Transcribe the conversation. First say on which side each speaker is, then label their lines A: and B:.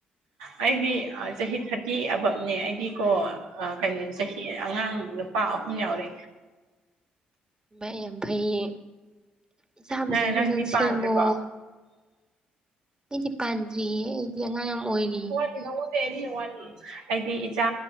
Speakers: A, on the right; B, on the right.
A: ꯑꯩꯗꯤ ꯆꯍꯤ ꯊꯥꯔꯇꯤ ꯑꯕꯞꯅꯦ ꯑꯩꯗꯤ ꯀꯣ ꯑ ꯀꯩꯅꯣ ꯆꯍꯤ ꯑꯉꯥꯡ ꯅꯨꯄꯥ ꯑꯍꯨꯝ ꯌꯥꯎꯔꯦ
B: ꯏꯃꯥꯏ ꯌꯥꯝ ꯐꯩꯌꯦ ꯏꯆꯥ ꯐꯖ
A: ꯅꯪ ꯅꯪꯗꯤ
B: ꯐꯖꯅ
A: ꯄꯥꯟꯗ꯭ꯔꯤꯕꯣ
B: ꯁꯦꯝꯃꯣ ꯑꯩꯗꯤ ꯄꯥꯟꯗ꯭ꯔꯤꯌꯦ ꯑꯩꯗꯤ ꯑꯉꯥꯡ ꯌꯥꯝ ꯑꯣꯏꯔꯤ
A: ꯇꯦ ꯅꯪꯉꯣꯟꯗꯩ ꯑꯩꯅ <inaudible> ꯋꯥꯅꯤ ꯑꯩꯗꯤ ꯏꯆꯥ